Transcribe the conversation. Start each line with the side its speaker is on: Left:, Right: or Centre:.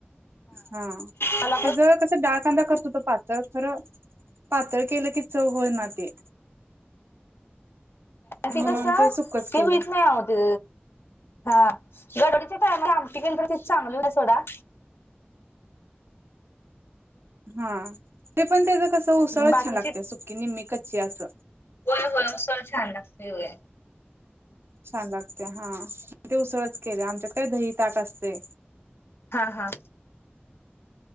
Right: हा
Left: मला
Right: त्या ज कसं डाळ कांदा करत होतो पातळ खरं पातळ केलं कि चौ होय ना ते. म्हणून
Left: ते कस
Right: सुकच
Left: ते
Right: केलं
Left: होळत नाही आते हा गडोडीच्या कायम आमटी पल तर ति चांगली हो सोडा
Right: हा ते पण त्याच कसं सळत
Left: बाकीची
Right: छान लागत सुटकी निम्मी कच अ अस
Left: होय होयसळ छान लागतऊय
Right: छान लागते हा ते उसळच केले आमच्यात काही दही ताक असते
Left: हा हा